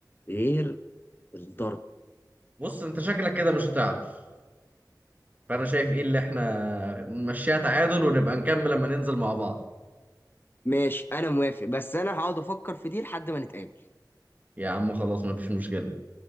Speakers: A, on the left; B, on the right.
A: غير الضرب
B: بص انت شكلك كده مش هتعرف فانا شايف ايه اللي احنا نمشيها تعادل ونبقى نكمل لما ننزل مع بعض
A: ماشي انا موافق بس انا هقعد افكر في دي لحد ما نتقابل
B: يا عم خلاص مفيش مشكله